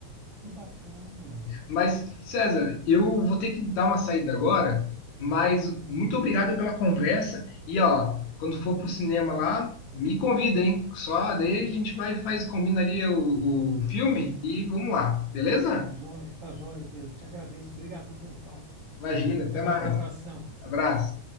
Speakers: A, on the right; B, on the left.
A: que bacana.
B: Mas, César, eu vou ter que dar uma saída agora, mas muito obrigado pela conversa. E ó, quando for pro cinema lá, me convida, hein? Só daí a gente vai, faz, combina ali o, o filme e vamos lá, beleza?
A: Tá joia, tá joia, Pedro. Te agradeço. Obrigadão pelo papo.
B: Imagina, até
A: Até mais,
B: mais.
A: abração.
B: Abraço.